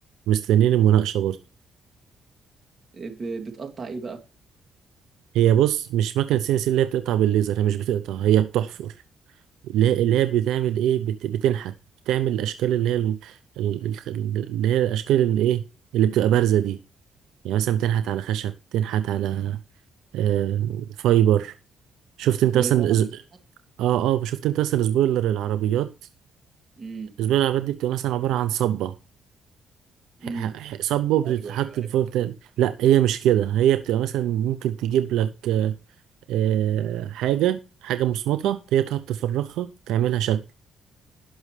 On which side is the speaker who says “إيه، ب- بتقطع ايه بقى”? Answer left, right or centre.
Right